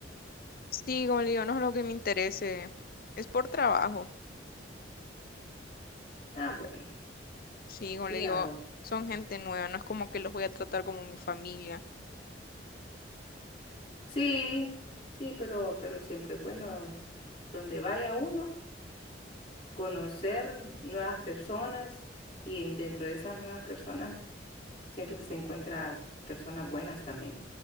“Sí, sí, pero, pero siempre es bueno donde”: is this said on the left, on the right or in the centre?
Left